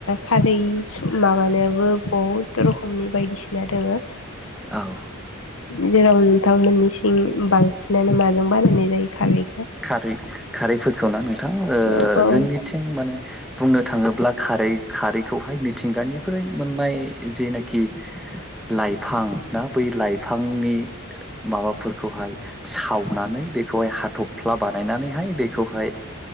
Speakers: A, on the left; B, in the centre.
A: खारै माबानोबो बहुद रोखोमनि बायदिसिना दङो
B: औ
A: जेराव नोंथांमोननि सिं बांसिनानो माजों बानायनाय जायो खाारै
B: खारै खारैफोरखौ ना नोंथां
A: औ औ
B: जोंनिथिं माने बुंनो थाङोब्ला खारै खारैखौहाय मिथिगानिफ्राय मोननाय जेनाखि ला लाइफां ना बै लाइफांनि माबाफोरखौहाय सावनानै बेखौहाय हाथब फ्ला बानायनानैहाय बेखौहाय